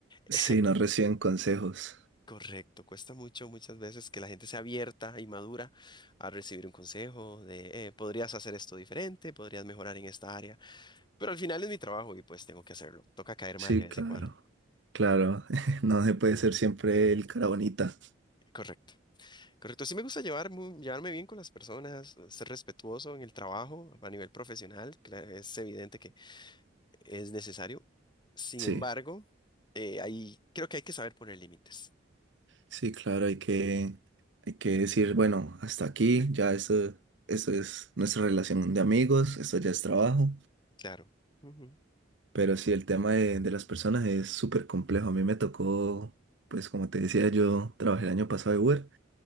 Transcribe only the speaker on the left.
<laughs>
Correcto, cuesta mucho muchas veces que la gente sea abierta y madura a recibir un consejo de eh, podrías hacer esto diferente, podrías mejorar en esta área, pero al final es mi trabajo y pues tengo que hacerlo. Toca caer
mal de vez
en cuando.
Correcto, correcto. Sí me gusta llevar mu- llevarme bien con las personas, ser respetuoso en el trabajo a nivel profesional, cla- es evidente que es necesario. Sin
embargo, eh, ahí creo que hay que saber poner límites.
Claro. Ujú.